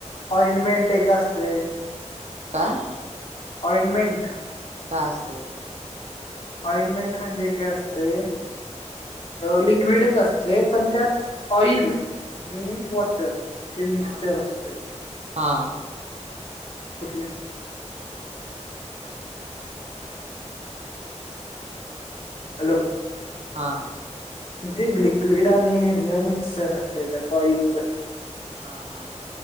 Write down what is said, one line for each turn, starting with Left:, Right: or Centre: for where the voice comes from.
Left: ऑइंनटमेंट एक असते.
Right: काय?
Left: ओंइंटमेंट.
Right: काय असतेय.
Left: अइंमेंट म्हणजे काय असतंय. लिक्विडच असते. पण त्यात ऑइल आणि वॉटर. ते मिक्चर
Right: हा
Left: असते.
Right: हा
Left: कुठल्या? हॅलो.
Right: हा.
Left: ते लिक्विड आणि ह ज मिक्चर असतं त्यात. ऑइलच.
Right: हा हा.